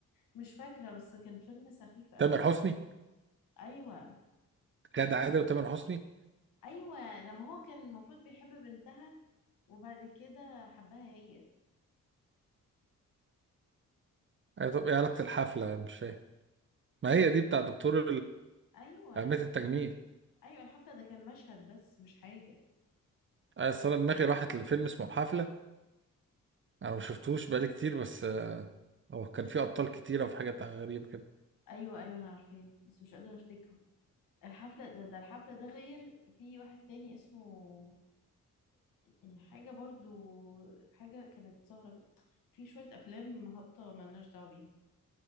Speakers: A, on the left; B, on the right.
A: مش فاكرة بس كان فيلم سخيف قوي
B: تامر حسني
A: أيوة
B: غادة عادل وتامر حسني
A: أيوة لما هو كان المفروض بيحب بنتها وبعد كده حبها هي
B: أيوة طب ايه علاقة الحفلة مش فاهم ما هي دي بتاع دكتور
A: أيوة
B: قابلة التجميل
A: أيوة الحفلة ده كان مشهد بس مش حاجة
B: آه، أصل أنا دماغي راحت لفيلم اسمه الحفلة أنا ما شفتهوش بقالي كتير بس آه، هو كان فيه أبطال كتيرة وفي حاجات غريبة كده
A: أيوة أيوة أنا عارفاه بس مش قادرة أفتكره الحفلة ده ده الحفلة ده غير في واحد تاني اسمه يعني حاجة برضو حاجة كانت سهرة في شوية أفلام هابطة ملناش دعوة بيهم